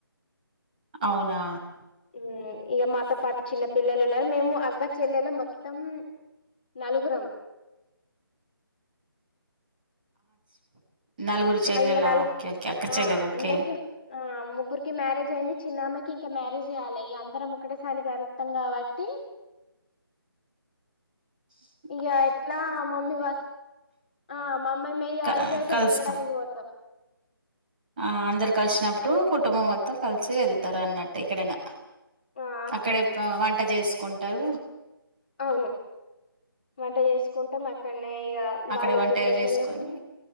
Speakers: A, on the right; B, on the left.
A: అవునా
B: హ ఇక మాతో పాట చిన్న పిల్లలు ఉన్నారు మేము అగ్గ చెల్లెల మొత్తం నలుగురం
A: నలుగురు చెల్లాలా
B: అయ్యో నలుగు
A: ఓకే ఓకే అక్క
B: ఆ
A: చెల్లాలా ఓకే
B: అందరికి ఆ ముగ్గురికి మ్యారేజ్ అయింది చిన్నమ్యికి ఇంకా మ్యారేజ్ కయాలి అందరం ఒకటేసారికి కలుస్తాం కాబట్టి
A: అ
B: ఇక ఎట్లా మమ్మీ ఆ మమ్మీ మ
A: క
B: ఎటో ఎటో
A: కలుసుకో
B: తిరగడానికి పోతాం
A: ఆ అందరు కలిసినప్పుడు కుటుంబం మొత్తం కలిసి వెళ్తారు అన్నట్టు ఎక్కడైనా
B: ఆ అట్లా
A: అక్కడే వంట చేసుకుంటారు
B: అవును వంట చేసుకుంటాం అక్కడనే ఇక
A: అక్కడే
B: వాళ్ళు
A: వంట
B: ప్రిపరేషన్లు
A: చేసుకొని
B: ఉంటాం